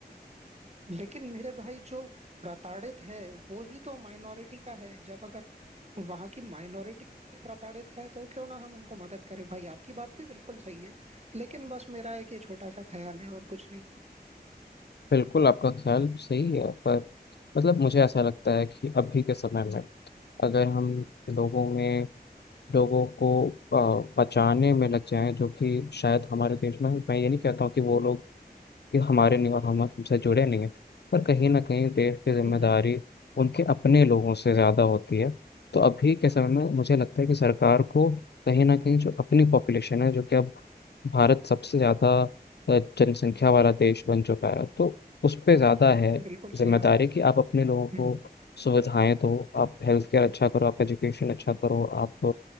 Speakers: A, on the right (about 40°); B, on the left (about 85°).
A: लेकिन मेरे भाई जो प्रताड़ित है वो ही तो माइनॉरिटी का है जब अगर वहां की माइनॉरिटी प्रताड़ित है तो क्यों ना हम उनको मदद करें भाई आपकी बात भी बिल्कुल सही है लेकिन बस मेरा एक ये छोटा सा ख्याल है और कुछ नहीं
B: बिल्कुल आपका ख्याल सही है पर मतलब मुझे ऐसा लगता है कि अभी के समय में अगर हम लोगों में लोगों को अ, बचाने में लग जाएं जो कि शायद हमारे देश में मैं ये नहीं कहता हूँ कि वो लोग कि हमारे नहीं और हम हमसे जुड़े नहीं हैं पर कहीं ना कहीं देश की जिम्मेदारी
A: हम्म
B: उनके अपने लोगों से ज़्यादा होती है तो अभी के समय में मुझे लगता है कि सरकार को कहीं ना कहीं जो अपनी पॉपुलेशन है जो कि अब भारत सबसे ज़्यादा अ, जनसंख्या वाला देश बन चुका है तो उस पर ज़्यादा है
A: बिल्कुल
B: जिम्मेदारी
A: सही बात
B: कि आप अपने
A: है
B: लोगों को
A: हम्म
B: सुविधाएं दो आप हेल्थ केयर अच्छा करो आप एजुकेशन अच्छा करो आप